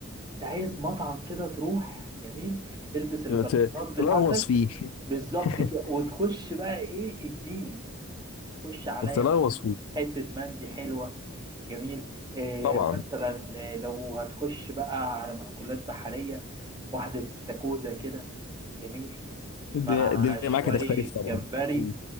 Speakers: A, on the right; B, on the left.
A: انت عايز مطعم كده تروح جميل تلبس القفازات
B: ت- تلغوص
A: بتاعتك
B: فيه
A: بالظبط
B: <laughs>
A: كده وتخش بقى ايه اديني خش عليا
B: تلغوص
A: مثلا
B: فيه
A: حتة مندي حلوة جميل إيه
B: طبعا
A: مثلا آه، لو هتخش بقى على مأكولات بحرية واحدة استاكوزا كده جميل
B: الدنيا
A: مع
B: الدنيا
A: شوية
B: معاك هتختلف طبعا
A: جمبري
B: أكيد.